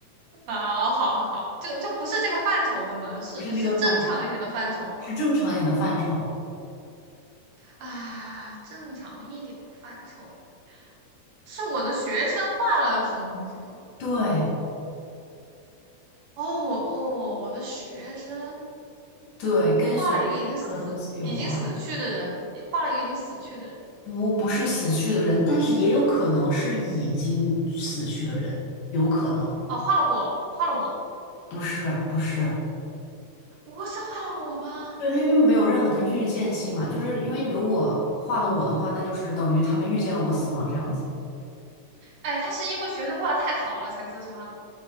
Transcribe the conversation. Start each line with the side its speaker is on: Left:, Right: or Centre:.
Right: 好好好，就就不是这个范畴的嘛，是是正常一点的范畴嘛？
Left: 不是这个范畴，是正常一点的范畴。
Right: 啊，正常一点的范畴，是我的学生画了什么东西吗？
Left: 对
Right: 哦，我哦，我的学生
Left: 对，跟学习上的东西有关。
Right: 他画了一个已经死已经死去的人，画了一个已经死去的人。
Left: 不不是死去的人，但是也有可能是已经死去的人，有可能
Right: 哦，画了我，画了我，
Left: 不是不是，
Right: 不是画了我吗？
Left: 对，那因为没有任何的预见性嘛，就是因为如果画了我的话，那就是等于他们预见了我死亡这样子。
Right: 哎，他是因为学生画的太好了才自杀的吗